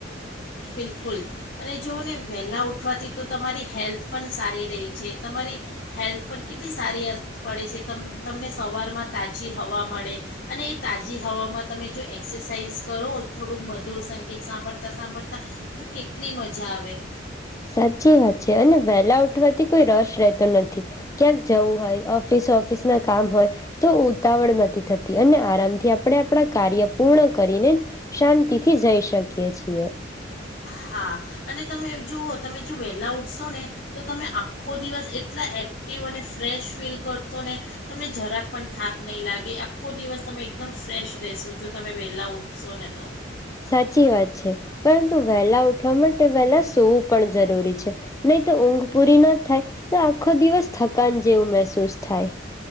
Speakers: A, on the left (about 60°); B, on the left (about 15°).
A: બિલકુલ અને જોઓને વહેલાં ઉઠવાથી તો તમારી હેલ્થ પણ સારી રહી છે તમારી હેલ્થ પર કેટલી સારી અસર પડે છે ત તમને સવારમાં તાજી હવા મળે અને એ તાજી હવામાં તમે જો એક્સરસાઇઝ કરો થોડુંક મધુર સંગીત સાંભળતા સાંભળતાં તું કેટલી મજા આવે
B: સાચી વાત છે અને વહેલા ઉઠવાથી કોઈ રસ રહેતો નથી ક્યાંક જવું હોય ઓફિસ ઓફિસ ના કામ હોય તો ઉતાવળ નથી થતી અને આરામથી આપણે આપણા કાર્ય પૂર્ણ કરીને શાંતિથી જઈ શકીએ છીએ.
A: હા અને તમે જુઓ તમે જો વહેલા ઊઠશો ને તો તમે આખો દિવસ એટલા એક્ટિવ અને ફ્રેશ ફીલ કરશો ને તમને જરાક પણ થાક નહીં લાગે આખો દિવસ તમે એકદમ ફ્રેશ રહેશો જો, તમે વહેલા ઊઠશો ને તો.
B: સાચી વાત છે પરંતુ વહેલા ઉઠવા માટે વહેલા સોવું પણ જરૂરી છે નહી તો ઊંઘ પૂરી ના થાય તો, આખો દિવસ થકાન જેવું મહેસૂસ થાય.